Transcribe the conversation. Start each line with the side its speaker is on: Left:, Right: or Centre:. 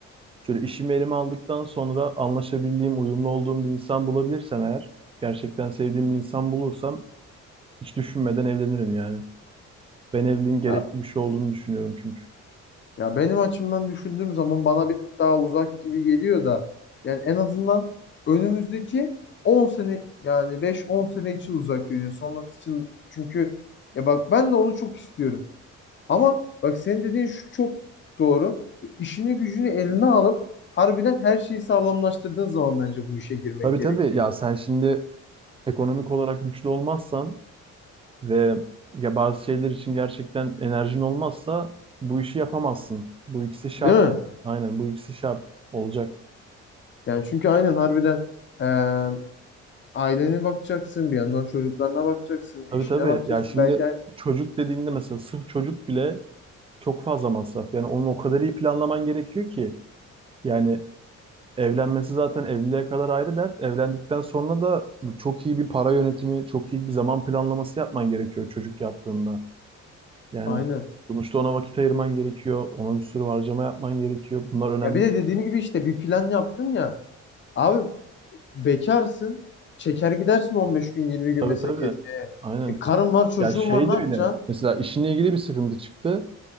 Right: Şöyle işimi elime aldıktan sonra anlaşabildiğim, uyumlu olduğum bir insan bulabilirsem eğer, gerçekten sevdiğim bir insan bulursam hiç düşünmeden evlenirim yani. Ben evliliğin gerekli
Left: Ya,
Right: bir şey olduğunu düşünüyorum çünkü.
Left: ya benim açımdan düşündüğüm zaman bana bir tık daha uzak gibi geliyor da yani en azından önümüzdeki 10 sene yani 5-10 sene için uzak görünüyor. Sonrası için çünkü ya bak ben de onu çok istiyorum. Ama bak senin dediğin şu çok doğru. İşini gücünü eline alıp harbiden her şeyi sağlamlaştırdığın zaman bence bu işe girmek
Right: Tabii
Left: gerekiyor.
Right: tabii ya sen şimdi ekonomik olarak güçlü olmazsan ve ya bazı şeyler için gerçekten enerjin olmazsa bu işi yapamazsın. Bu ikisi şart.
Left: Değil mi?
Right: yani. Aynen bu ikisi şart olacak.
Left: Yani çünkü aynen harbiden eee ailene bakacaksın, bir yandan çocuklarına bakacaksın,
Right: Tabii
Left: eşine
Right: tabii
Left: bakacaksın.
Right: ya şimdi
Left: Belki yani-
Right: çocuk dediğinde mesela sırf çocuk bile çok fazla masraf. Yani onu o kadar iyi planlaman gerekiyor ki Yani evlenmesi zaten evliliğe kadar ayrı dert. Evlendikten sonra da çok iyi bir para yönetimi, çok iyi bir zaman planlaması yapman gerekiyor çocuk yaptığında. Yani
Left: aynen.
Right: sonuçta ona vakit ayırman gerekiyor. Ona bir sürü harcama yapman gerekiyor. Bunlar önemli.
Left: Ya bir de dediğim gibi işte bir plan yaptın ya. Abi bekarsın. Çeker gidersin 15 gün 20 gün
Right: Tabii
Left: mesela
Right: tabii.
Left: gezmeye.
Right: Aynen.
Left: E, karın var çocuğun
Right: Ya şey
Left: var ne
Right: de
Left: yapacaksın?
Right: öyle. Mesela işinle ilgili bir sıkıntı çıktı.